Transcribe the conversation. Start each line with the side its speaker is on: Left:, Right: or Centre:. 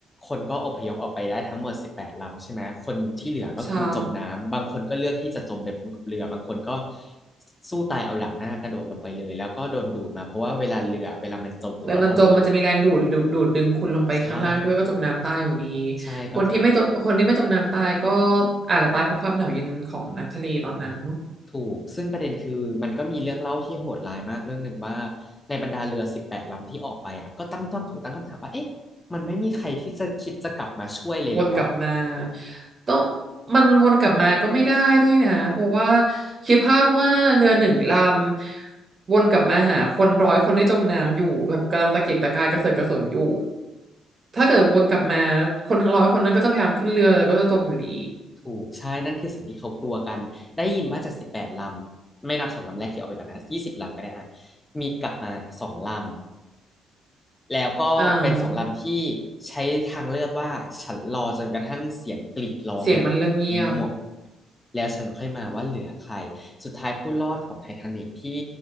Left: คนก็อพยพออกไปได้ทั้งหมด18ลำใช่ไหมคนที่เหลือก็คือจมน้ำบางคนก็เลือกที่จะจมไปพร้อมกับเรือบางคนก็
Right: ใช่
Left: สู้ตายเอาหลังหน้ากระโดดลงไปเลยแล้วก็โดนดูดมาเพราะว่าเวลาเรือเวลามันจมถูกป่ะพอมัน
Right: แล้วมันจมมันจะมีแรงดูดดูดูดดึงคุณลงไปข้างล่างด้วยก็จมน้ำตายอยู่ดี
Left: ใช่ใช่ก็จม
Right: คนที่ไม่จมคนที่ไม่จมน้ำตายก็อาจจะตายเพราะความหนาวเย็นของน้ำทะเลตอนนั้น
Left: ถูกซึ่งประเด็นคือมันก็มีเรื่องเล่าที่โหดร้ายมากเรื่องหนึ่งว่าในบรรดาเรือสิบแปดลำที่ออกไปอ่ะก็ตั้งต้องถูกตั้งคำถามว่าเอ๊ะมันไม่มีใครที่จะคิดจะกลับมาช่วยเลยเหรอ
Right: วนกลับมาต้องมันวนกลับมาก็ไม่ได้ด้วยนะเพราะว่าคิดภาพว่าเรือหนึ่งลำวนกลับมาหาคนร้อยคนที่จมน้ำอยู่แบบกำลังตะเกียกตะกายกระเสือกกระสนอยู่ถ้าเกิดวนกลับมาคนทั้งร้อยคนนั้นก็จะพยายามขึ้นเรือแล้วก็จะจมอยู่ดี
Left: ถูกใช่นั่นคือสิ่งที่เขากลัวกันได้ยินว่าจากสิบแปดลำไม่นับสองลำแรกที่ออกไปก่อนนะยี่สิบลำก็ได้อ่ะมีกลับมาสองลำ แล้วก็เป็นสองลำที่ใช้ทางเลือกว่าฉันรอจนกระทั่งเสียงกรีดร้องอ่ะ
Right: อ่าเสียงมันเริ่มเงียบ
Left: หมดแล้วฉันค่อยมาว่าเหลือใครสุดท้ายผู้รอดของไททานิกที่